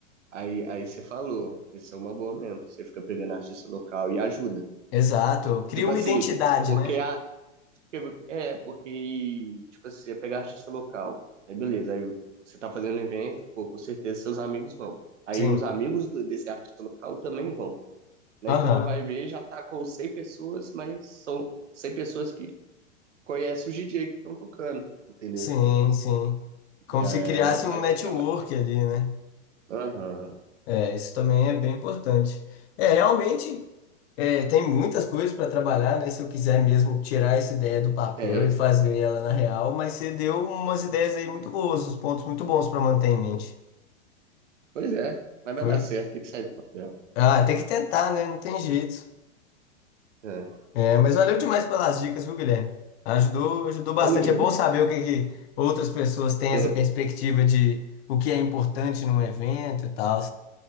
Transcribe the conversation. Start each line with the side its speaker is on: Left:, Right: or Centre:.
Right: Aí, aí você falou, isso é uma boa mesmo. Você fica pegando artista local e ajuda.
Left: Exato. Cria
Right: Tipo
Left: uma
Right: assim,
Left: identidade,
Right: porque
Left: né?
Right: a. É, porque, tipo assim, você pegar artista local. Aí beleza, aí você tá fazendo evento, pô, com certeza seus amigos vão. Aí
Left: Sim.
Right: os amigos do- desse artista local também vão. Aí
Left: Aham.
Right: quando vai ver, já tá com 100 pessoas, mas são 100 pessoas que conhecem os DJ que estão tocando, entendeu?
Left: Sim, sim. Como
Right: Já
Left: se
Right: é
Left: criasse
Right: mais
Left: um network
Right: um chamado.
Left: ali, né?
Right: Aham,
Left: É, isso também é bem importante. É, realmente. É, tem muitas coisas para trabalhar, né? Se eu quiser mesmo tirar essa ideia do papel
Right: tem.
Left: e fazer ela na real, mas você deu umas ideias aí muito boas, uns pontos muito bons para manter em mente.
Right: Pois é, mas
Left: Foi.
Right: vai dar certo, tem que sair do papel.
Left: Ah, tem que tentar, né? Não tem jeito.
Right: É.
Left: É, mas valeu demais pelas dicas, viu, Guilherme? Ajudou, ajudou bastante.
Right: Tamo junto.
Left: É bom saber o que, que outras pessoas têm
Right: <laughs>
Left: essa perspectiva de o que é importante num evento e tal.